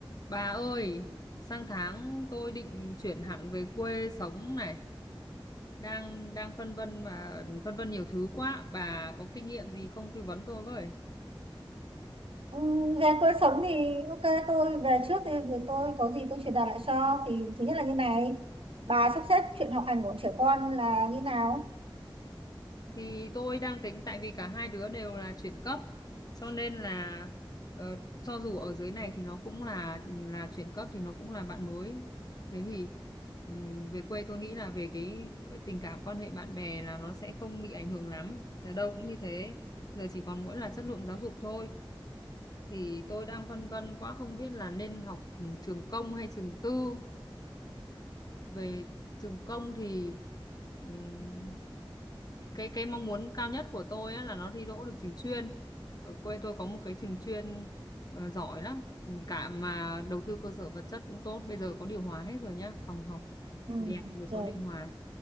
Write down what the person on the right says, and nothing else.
Ừ, Về cuộc sống thì ok tôi về trước thì thì tôi có gì tôi truyền đạt lại cho thì thứ nhất là như này bà sắp xếp chuyện học hành của trẻ con là như nào
ừ
rồi